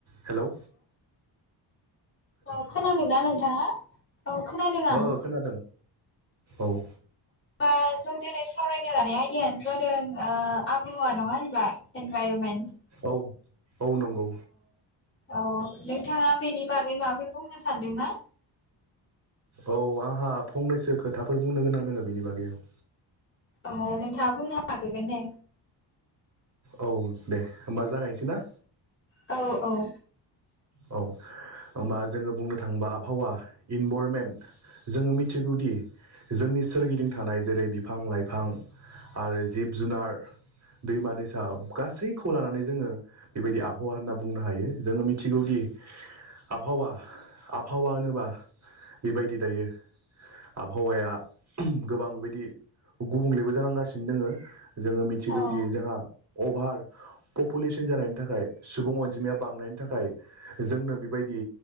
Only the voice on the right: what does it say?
Hello
ओ खोनादों औ।
औ औ नंगौ
औ आंहा फंनैसो खोथाफोर बुंनो गोनां दंङो बेनि बागै औ
औ दे होमबा जागायनोसै ना?
औ होमबा जोंङो बुंनो थांङोबा आबहावा इनभरमेन्ट जोंङो मिथिगौदि जोंनि सोरगिदिं थानाय जेरै बिफां-लाइफां आरो जिब-जुनार, दैमा-दैसा गासैखौ लानानै जोंङो बेबायदि आबहावा होनना बुंनो हायो जोंङो मिथि सिगौदि आबहावा आबहावा होनोबा बेबायदि दायो आबहावाया गोबां बेबायदि गुबुंलेबो जानांगासिनो दोंङो। जोंङो मिथिगौदि
जोंहा अभार पपुलेसन जानायनि थाखाय सुबुं अनजिमाया बांनायनि थाखाय जोंनो बेबायदि